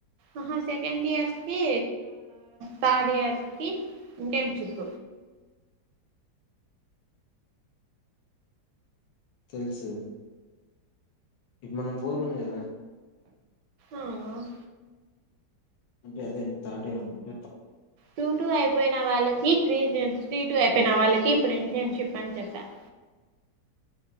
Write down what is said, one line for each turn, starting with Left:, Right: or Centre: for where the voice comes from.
Right: ఆహ సెకండ్ ఇయర్స్ కి థర్డ్ ఇయర్స్ కి ఇంటర్న్షిప్
Left: తెలుసు ఇప్పు మనం పోర్ ఉన్నాది కదా
Right: అవును
Left: అంటే అదే థర్డే అనుకుంట
Right: టూ టూ అయిపోయినా వాళ్ళకి త్రీ త్రీ టూ అయిపోయినా వాళ్ళకి ఇప్పుడు ఇంటర్న్షిప్ అని చెప్పారు